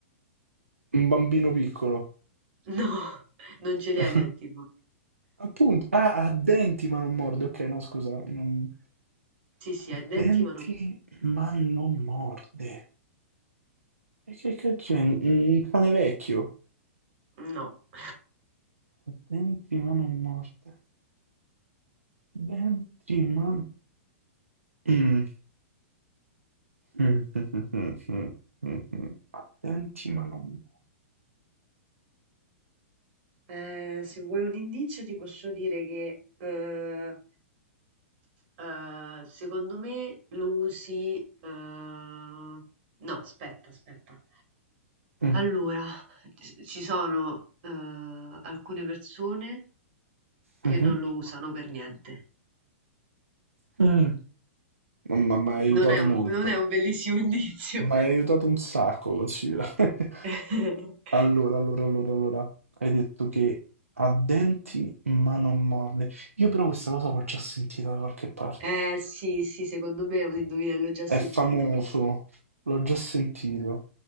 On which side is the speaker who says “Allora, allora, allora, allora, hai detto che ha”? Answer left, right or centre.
Right